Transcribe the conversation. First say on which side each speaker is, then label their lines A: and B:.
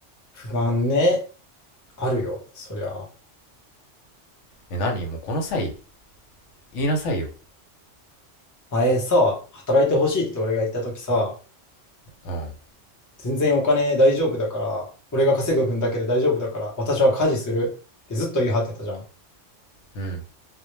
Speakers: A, on the left; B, on the left.
A: 不安ね。あるよ、そりゃ。
B: え、何もうこの際、言いなさいよ。
A: 前さ、働いてほしいって俺が言った時さ、
B: うん。
A: 全然お金大丈夫だから、俺が稼ぐ分だけで大丈夫だから、私は家事するってずっと言い張ってたじゃん。
B: うん。